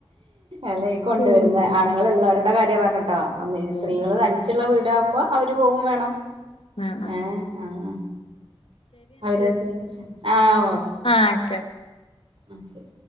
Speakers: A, on the right; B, on the left.
A: അല്ലെയ് കൊണ്ടുവരുന്ന
B: ഉം
A: ആണ്ങ്ങ ഞങ്ങള് ള്ളവരുടെ കാര്യാ പർഞ്ഞ്ട്ടോ ഒന്ന്
B: ഉം
A: സ്ത്രീകള് തനിച്ചുള്ള വീടാകുമ്പോ അവര് പോകും വേണം
B: ആഹ്
A: ഏഹ് ആഹ് അവര് <unintelligible> ആഹ് ഓ
B: ആഹ് ഓക്കെ
A: അയ്ശരി